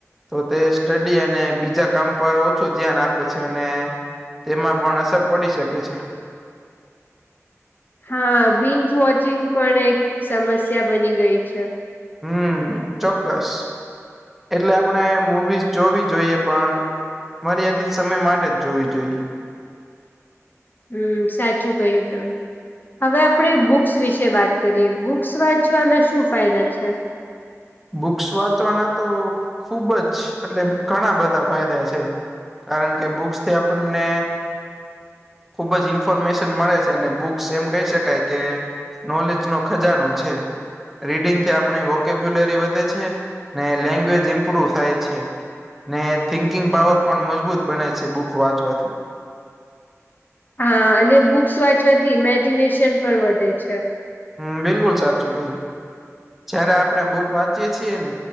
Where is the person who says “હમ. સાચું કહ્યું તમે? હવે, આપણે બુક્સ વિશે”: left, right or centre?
Left